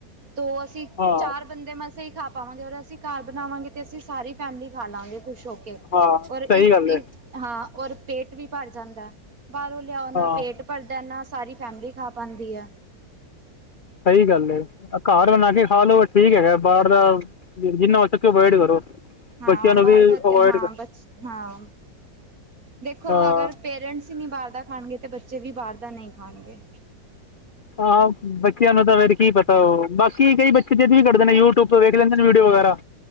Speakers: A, on the right; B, on the left.
A: ਤੋ ਅਸੀਂ
B: ਹਾਂ
A: ਚਾਰ ਬੰਦੇ ਮਸਾਂ ਈ ਖਾ ਪਾਵਾਂਗੇ ਔਰ ਅਸੀਂ ਘਰ ਬਣਾਵਾਂਗੇ ਤੇ ਅਸੀਂ ਸਾਰੀ ਫੈਮਿਲੀ ਖਾ ਲਾਗੇਂ ਖੁਸ਼ ਹੋ ਕੇ।
B: ਹਾਂ
A: ਔਰ ਇਸ-ਇਸ,
B: ਸਹੀ ਗੱਲ ਹੈ
A: ਹਾਂ ਔਰ ਪੇਟ ਵੀ ਭਰ ਜਾਂਦਾ। ਬਾਹਰੋਂ ਲਿਆਉਣਾ
B: ਹਾਂ
A: ਪੇਟ ਪਰਦਿਆ ਨਾ ਸਾਰੀ ਫੈਮਿਲੀ ਖਾ ਪਾਂਦੀ ਐ।
B: ਸਹੀ ਗੱਲ ਏ। ਘਾਰ ਬਣਾ ਕੇ ਖਾ ਲਓ ਠੀਕ ਹੈਗਾ ਬਾਹਰ ਦਾ ਜਿੰਨਾਂ ਹੋ ਸਕੇ ਵਾਈਡ ਕਰੋ।
A: ਹਾਂ
B: ਬੱਚਿਆਂ ਨੂੰ
A: ਬਾਹਰ
B: ਵੀ
A: ਦਾ
B: ਅਵੋਇਡ
A: ਤੇ ਹਾਂ ਬਚ ਹਾਂ ਦੇਖੋ
B: ਹਾਂ
A: ਅਗਰ ਪੇਰੈਂਟਸ ਨੀ ਬਾਹਰ ਦਾ ਖਾਣਗੇ ਤੇ ਬੱਚੇ ਵੀ ਬਾਹਰ ਦਾ ਨ‌ਈ ਖਾਣਗੇ।
B: ਹਾਂ। ਬੱਚਿਆਂ ਨੂੰ ਤਾਂ ਫੇਰ ਕੀ ਪਤਾ ਓ ਬਾਕੀ ਕਈ ਬੱਚੇ ਜਿਵੇਂ ਵੀ ਕੱਢਦੇ ਨੇ ਯੂ ਟੂਬ ਤੋਂ ਵੇਖ ਲੈਂਦੇ ਨੇ ਵੀਡੀਓ ਵਗੈਰਾ।